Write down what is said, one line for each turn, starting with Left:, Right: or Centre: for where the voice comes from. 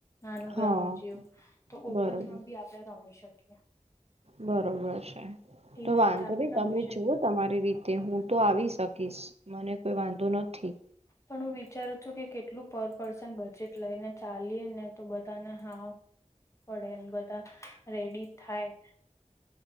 Left: નાનું
Right: હા
Left: ગ્રાઉન્ડ જેવું, તો ઓપનમાં
Right: બરોબર
Left: બી આપડે રમી શકીએ.
Right: બરોબર છે, તો
Left: એવી
Right: વાંધો
Left: રીતે આપણે
Right: નહી તમે
Left: રમી શકીએ
Right: જુઓ તમારી રીતે હું તો આવી શકીશ મને કોઈ વાંધો નથી.
Left: પણ હું વિચારું છું કે કેટલું પર પર્સન બજેટ લઈને ચાલીએ ને તો બધાને હા પડે એમ બધા, રેડી થાય.